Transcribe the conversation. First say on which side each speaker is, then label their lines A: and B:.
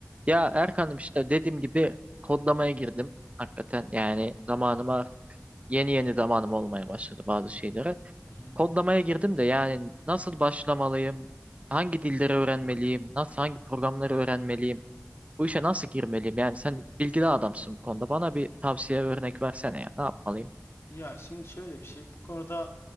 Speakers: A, on the right; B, on the left.
A: Ya Erkan'ım işte dediğim gibi kodlamaya girdim. Hakikaten yani zamanıma yeni yeni zamanım olmaya başladı bazı şeylere.
B: Hı hı.
A: Kodlamaya girdim de yani nasıl başlamalıyım? Hangi dilleri öğrenmeliyim? Nasıl hangi programları öğrenmeliyim? Bu işe nasıl girmeliyim? Yani sen bilgili adamsın bu konuda. Bana bir tavsiye örnek versene ya. Ne yapmalıyım?
B: Ya şimdi şöyle bir şey, bu konuda